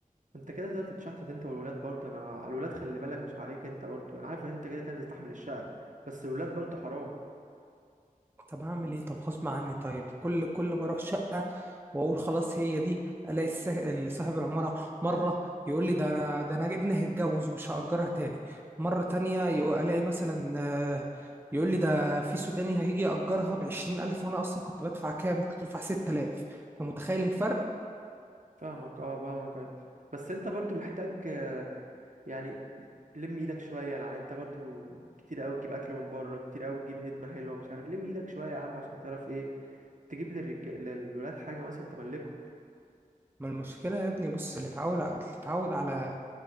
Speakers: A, on the right; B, on the right.
A: انت كده تقدر تتشحتت انت والولاد برضه انا على الولاد خلي بالك مش عليك انت برضه انا عارف ان انت كده كان يستحمل الشقه بس الولاد برضه حرام
B: طب هعمل ايه طب غصب عني طيب كل كل ما اروح شقه واقول خلاص هي دي الاقي الس- صاحب العماره مره يقول لي ده انا ده انا ابني هيتجوز ومش هاجرها تاني مره تانية يقو- الاقي مثلا آه، يقول لي ده في سوداني هيجي ياجرها بعشرين الف وانا اصلا كنت بدفع كام كنت بدفع ستة آلاف انت متخيل الفرق
A: فاهمك اه فاهمك اي بس انت برضه محتاج آه، يعني لم ايدك شويه يعني انت برضه كتير قوي تجيب اكل من بره كتير قوي تجيب هدمه حلوه مش عارف لم ايدك شويه يا عم عشان تعرف ايه تجيب للرجال للولاد حاجه مثلا تملكهم
B: ما المشكله يا ابني بص اللي اتعود ع- اللي اتعود على